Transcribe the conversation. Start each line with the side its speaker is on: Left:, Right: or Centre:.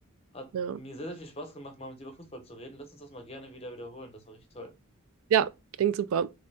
Left: Hat
Right: Ja.
Left: mir sehr, sehr viel Spaß gemacht, mal mit dir über Fußball zu reden. Lass uns das mal gerne wieder wiederholen. Das war richtig toll.
Right: Ja, klingt super.